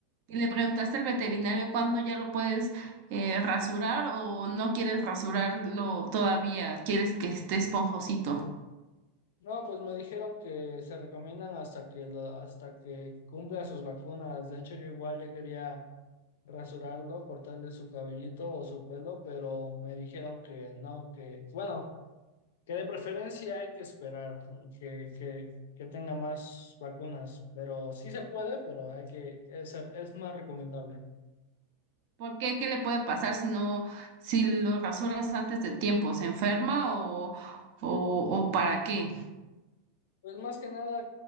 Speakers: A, on the right; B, on the left.
A: y le preguntaste al veterinario cuándo ya lo puedes eh, rasurar o no quieres rasurarlo todavía? ¿Quieres que esté esponjosito?
B: No, pues me dijeron que se recomiendan hasta que lo- hasta que cumpla sus vacunas. De hecho, yo igual ya quería rasurarlo, cortarle su cabellito o su pelo, pero me dijeron que no, que bueno, que de preferencia hay que esperar que, que, que tenga más vacunas, pero sí se puede, pero hay que es, es más recomendable.
A: ¿Por qué? ¿Qué le puede pasar si no, si lo rasuras antes de tiempo? ¿Se enferma o, o, o para qué?
B: Pues más que nada